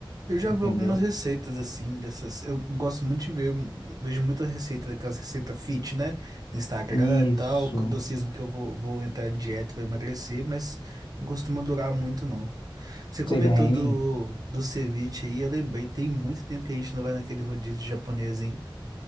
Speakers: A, on the right; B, on the left.
A: Eu já
B: Entendeu?
A: vi algumas receitas assim, dessas. Eu gosto muito de ver, vejo muitas receitas, daquelas receitas fit, né? No Instagram
B: Isso.
A: e tal. Quando eu cismo que eu vou, vou entrar em dieta, vou emagrecer, mas não costuma durar muito, não. Você comentou
B: Sei bem.
A: do, do ceviche aí, eu lembrei, tem muito tempo que a gente não vai naquele rodízio japonês, hein?